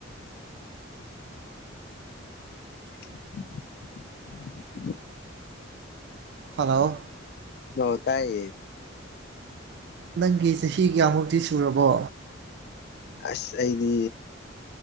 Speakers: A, on the left; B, on the right.
A: <inaudible>
B: ꯍꯜꯂꯣ
A: ꯍ ꯇꯥꯏꯌꯦ
B: ꯅꯪꯒꯤ ꯆꯍꯤ ꯀꯌꯥꯃꯨꯛꯇꯤ ꯁꯨꯔꯕꯣ
A: ꯑꯁ ꯑꯩꯗꯤ